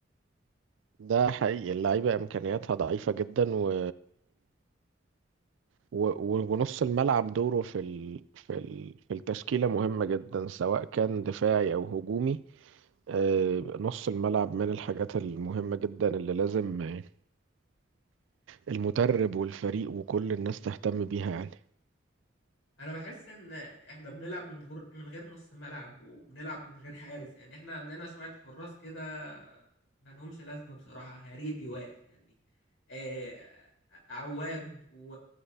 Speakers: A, on the right; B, on the left.
A: ده حقيقي اللعيبه امكانياتها ضعيفه جدا و... و... و- ونص الملعب دوره في ال... في ال... في التشكيله مهمه جدا سواء كان دفاعي او هجومي آه، نص الملعب من الحاجات المهمه جدا اللي لازم آه، المدرب والفريق وكل الناس تهتم بيها يعني
B: انا بحس ان احنا بنلعب من غير من غير نص ملعب وبنلعب من غير حارس يعني احنا عندنا شوية حراس كده ما لهمش لازمة بصراحة هريدي واقف يعني آه عواد و...